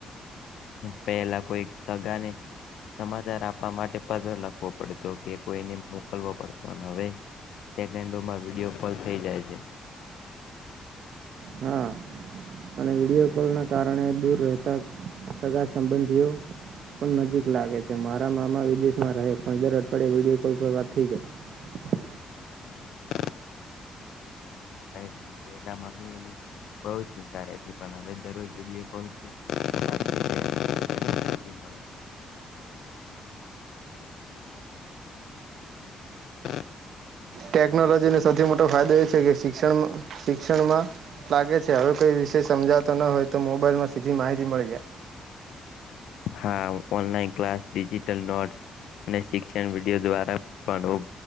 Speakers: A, on the left; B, on the right.
A: પહેલા કોઈ સગાને સમાચાર આપવા માટે પત્ર લખવો પડતો કે કોઈને મોકલવો પડતો અને હવે સેકન્ડોમાં વિડીયો કોલ થઈ જાય છે
B: હા અને વિડીિયો કોલના કારણે દૂર રહેતા સગા સંબંધીઓ પણ નજીક લાગે છે મારા મામા વિદેશમાં રહે પણણ દર અઠવાડિયે વિડીિયો કોલ પર વાત થઈ જાય
A: <inaudible> છે પેલા મમ્મી એની બહ ચિંતા રહેતી પણ હવે દરરોજ વિડીયો કોલથી મળે <inaudible>
B: ટેકનોલોજીને સૌથી મોટો ફાયદો એ છે કે શિક્ષણ શિક્ષણમાં લાગે છે હવે કોઈ વિષય સમજાતો ન હોય તો મોબાઈલમાં સીધી માહિતી મળી જાય <inaudible>
A: હા ઓનલાઈન ક્લાસ ડિટલ નોટસ અને શિક્ષણ વિડીયો દ્વારા પણ